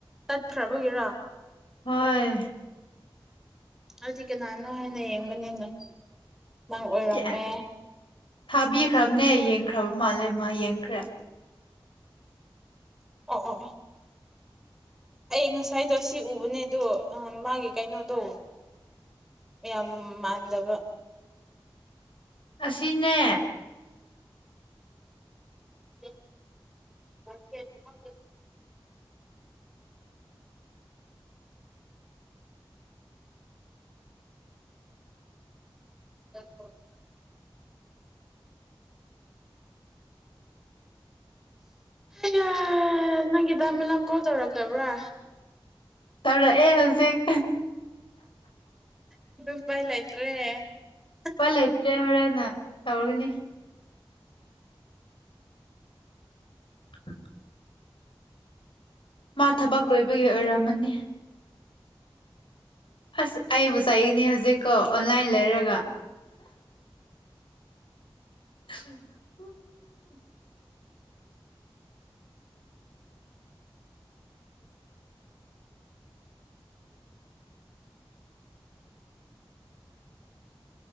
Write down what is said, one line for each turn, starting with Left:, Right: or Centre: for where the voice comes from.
Centre: ꯇꯠꯈ꯭ꯔꯕꯒꯦꯔꯥ
Left: ꯍꯣꯏ
Centre: ꯑꯩꯗꯤ ꯀꯅꯥꯅꯣ ꯍꯥꯏꯅ ꯌꯦꯡꯕꯅꯤꯅ ꯅꯪ ꯑꯣꯏꯔꯝꯃꯦ
Left: ꯆꯦ ꯊꯥꯕꯤꯈ꯭ꯔꯕꯅꯦ ꯌꯦꯡꯈ꯭ꯔꯕ ꯃꯥꯜꯂꯦ ꯃꯥ ꯌꯦꯡꯈ꯭ꯔꯦ
Centre: ꯑꫭ ꯑꫭ ꯑꫭ ꯑꯩ ꯉꯁꯥꯏꯗꯣ ꯑꯁꯤ ꯎꯕꯅꯦ ꯑꯗꯣ ꯑ‌ꯥ ꯃꯥꯒꯤ ꯀꯩꯅꯣꯗꯣ ꯌꯥꯝ ꯃꯥꯟꯗꯕ
Left: ꯑꯁꯤꯅꯦ
Centre: <inaudible> ꯑ ꯍꯣ <inaudible> ꯍ ꯅꯪꯒꯤ ꯗꯥꯃꯤꯂꯥꯝ ꯀꯣꯜ ꯇꯧꯔꯛꯇꯕ꯭ꯔꯥ
Left: ꯇꯧꯔ ꯑꯦ ꯍꯧꯖꯤꯛ
Centre: ꯄꯥꯏꯂꯥꯏꯇ꯭ꯔꯦ
Left: ꯍ ꯂꯩꯇ꯭ꯔꯦ ꯍꯣꯔꯦꯟꯅ ꯇꯧꯔꯒꯅꯤ <inaudible> ꯃꯥ ꯊꯕꯛ ꯂꯣꯏꯕꯒꯤ ꯑꯣꯏꯔꯝꯃꯅꯤ ꯑꯁ ꯑꯩꯕꯨ ꯆꯥꯏꯅꯤ ꯍꯧꯖꯤꯛꯀꯣ ꯑꯣꯟꯂꯥꯏꯟ ꯂꯩꯔꯒ <inaudible>